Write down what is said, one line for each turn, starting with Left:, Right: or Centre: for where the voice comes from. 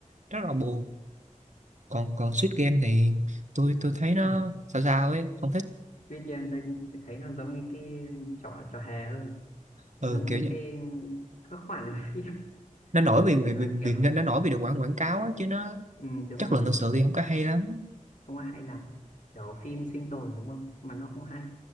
Right: rất là buồn còn còn Squid Game thì tôi tôi thấy nó
Left: ừ.
Right: sao sao ấy không thích
Left: Viết cho em tôi, tôi thấy nó giống như cái trò trò hề hơn
Right: ừ,
Left: giống
Right: kiểu
Left: một
Right: như
Left: cái các khoản ở phim <laughs>
Right: nó nổi vì vì
Left: nó kiểu
Right: vì, vì nó nổi vì được quảng quảng cáo ấy, chứ nó
Left: ừ, đúng
Right: chất
Left: rồi
Right: lượng thực sự thì không có hay lắm
Left: không có hay lắm kiểu phim sinh tồn đúng không mà nó không hay